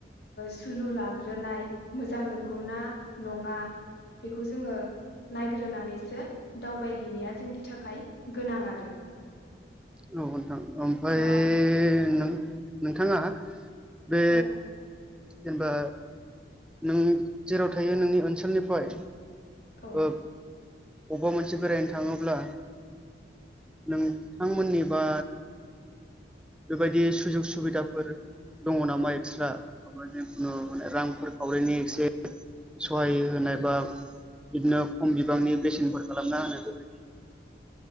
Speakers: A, on the left (about 60°); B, in the centre.
A: सुलु लाग्रोनाय मोजां नंगौना नङा बेखौ जोङो नायग्रोनानैसो दावबायहैनाया जोंनि थाखाय गोनां आरो
B: औ नोथां ओमफ्राय
A: दा
B: नों नोंथाङा बे
A: औ
B: जेनेबा नों जेराव थायो नोंनि ओनसोलनिफाय
A: औ
B: ओ अबबा मोनसे बेरायनो थाङोब्ला नों थांमोननिबा बेबायदि सुजुग सुबिदाफोर दङ नामा? एक्सट्रा जिखुनु माने रांफोर खावरिनि एक्से सहाय होनाय बा बिदिनो खम बिबांनि बेसेनफोर खालामना होनाय बेबादि